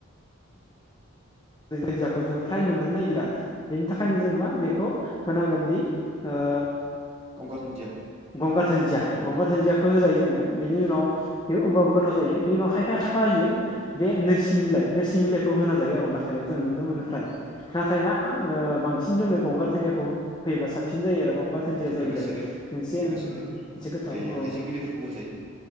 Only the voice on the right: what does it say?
गंगार दुन्दिया
उम
उम
उम
उम
लोगोसेनो
लोगोसेनो
ओइ
हाइजें बिलाइफोरखौबो जायो